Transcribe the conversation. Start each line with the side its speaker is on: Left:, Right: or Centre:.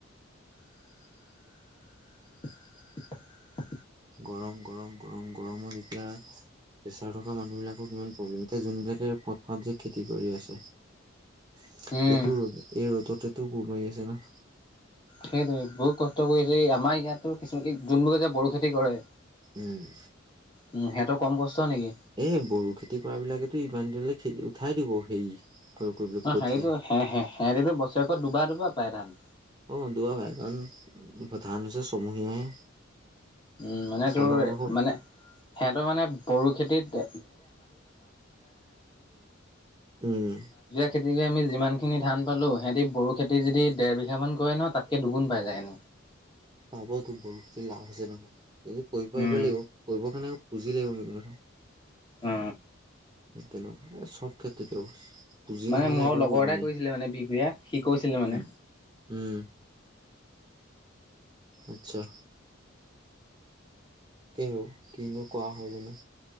Left: <inaudible>
Right: গৰম গৰম গৰম গৰমো যেতিয়া প্ৰেচাৰ থকা মানুহবিলাকৰ কিমান প্ৰব্লেম এতিয়া যোনবিলাকে পথাৰত যে খেতি কৰি আছে এইটো
Left: উম
Right: ৰ এই ৰ'দততেতো কোৰ মাৰি আছে ন
Left: সেইটোয়ে বহুত কষ্ট কৰিছে এই আমাৰ ইয়াতো কিছুমান যোনবোৰকে যে বড়ো খেতি কৰে
Right: উম
Left: উম সিহঁতৰ কম কষ্ট নেকি
Right: এই বড়ো খেতি কুকুৰা বিলাকেতো ইমান দিনলৈ খেদি উঠাই দিব হেৰি
Left: অ
Right: কঠীয়া
Left: হেৰিটো হেৰিটো বছৰেকত দুবাৰ দুবাৰ পায় ধান
Right: অ দুবাৰ পাই কাৰণ ধান ছমহীয়াহে
Left: উ মানে
Right: ছমাহ
Left: তোৰ
Right: দেখোন
Left: মানে সিহঁতৰ মানে ব খ ধ
Right: উম
Left: খ যিমান খিনি ধান পালো সিহঁতি বড়ো খেতি যদি ডৰ বিঘা মান কৰে নহয় তাতকে দুুগু পাই যায়।
Right: পাব তোৰ বড়োখিনি লাভ হৈছে নহয় কৰিব পাৰিব
Left: উম
Right: লাগিব কৰিব কাৰণে পুজি লাগিব মেইন কথা
Left: অ
Right: তেনেকুৱা সব ক্ষেত্ৰত তো পুজি
Left: মানে
Right: নহলে
Left: মোৰ
Right: একোৱে
Left: লগৰ
Right: কৰিব
Left: এটাই
Right: নোৱাৰি
Left: কৰিছিলে মানে বিবুয়া সি কৈছিলে মানে
Right: উম উম আচ্ছা কেহ কিনো কোৱা হয় জানো